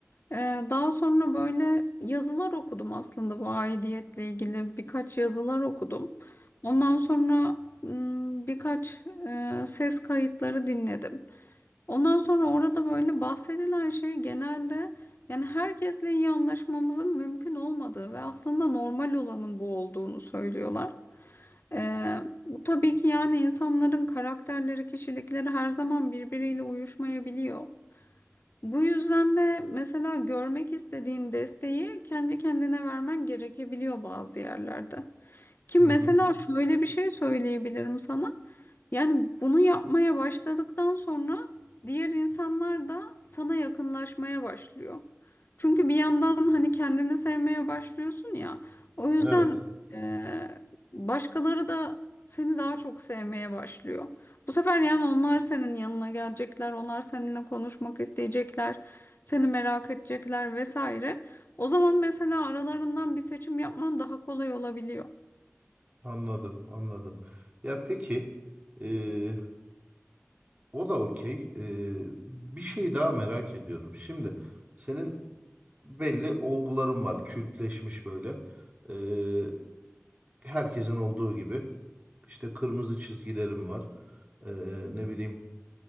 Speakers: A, on the left; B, on the right.
A: E, daha sonra böyle yazılar okudum aslında bu aidiyetle ilgili birkaç yazılar okudum. Ondan sonra m, birkaç e, ses kayıtları dinledim. Ondan sonra orada böyle bahsedilen şey genelde yani herkesle iyi anlaşmamızın mümkün olmadığı ve aslında normal olanın bu olduğunu söylüyorlar. Ee, bu tabii ki yani insanların karakterleri, kişilikleri her zaman birbiriyle uyuşmayabiliyor. Bu yüzden de mesela görmek istediğin desteği kendi kendine vermen gerekebiliyor bazı yerlerde. Ki
B: Hı
A: mesela
B: hı.
A: şöyle bir şey söyleyebilirim sana. Yani bunu yapmaya başladıktan sonra diğer insanlar da sana yakınlaşmaya başlıyor. Çünkü bir yandan hani kendini sevmeye başlıyorsun ya. O yüzden
B: Evet,
A: eee, başkaları da seni daha çok sevmeye başlıyor. Bu sefer yani onlar senin yanına gelecekler, onlar seninle konuşmak isteyecekler, seni merak edecekler vesaire. O zaman mesela aralarından bir seçim yapman daha kolay olabiliyor.
B: anladım, anladım. Ya peki, e, o da okey. E, bir şey daha merak ediyorum. Şimdi senin belli olguların var, kültleşmiş böyle. E, herkesin olduğu gibi. İşte kırmızı çizgilerim var. E, ne bileyim,